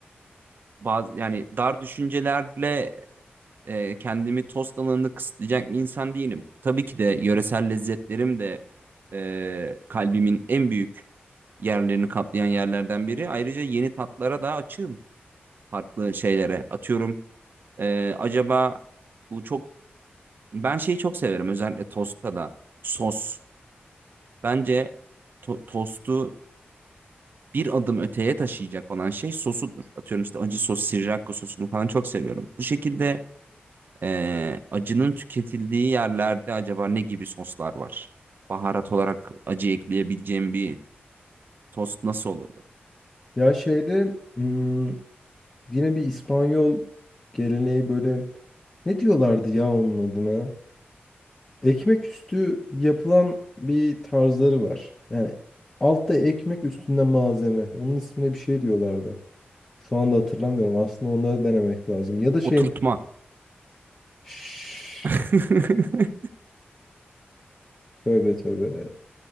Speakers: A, on the right (about 55°); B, on the left (about 20°).
A: bazı yani dar düşüncelerle e, kendimi tost alanını kısıtlayacak bir insan değilim. Tabii ki de yöresel lezzetlerim de e, kalbimin en büyük yerlerini kaplayan yerlerden biri. Ayrıca yeni tatlara da açığım farklı şeylere. Atıyorum e, acaba bu çok ben şeyi çok severim özellikle tostta da sos. Bence to- tostu bir adım öteye taşıyacak olan şey sosudur. Atıyorum işte acı sos, Sriracha sosunu falan çok seviyorum. Bu şekilde eee, acının tüketildiği yerlerde acaba ne gibi soslar var? Baharat olarak acı ekleyebileceğim bir tost nasıl olurdu?
B: Ya şeyde hmm, yine bir İspanyol geleneği böyle ne diyorlardı ya onun adına? Ekmek üstü yapılan bir tarzları var. Yani altta ekmek üstünde malzeme. Onun ismine bir şey diyorlardı. Şu anda hatırlamıyorum. Aslında onları denemek lazım. Ya da şey...
A: Oturtma.
B: Şşş,
A: <laughs>
B: tövbe tövbe.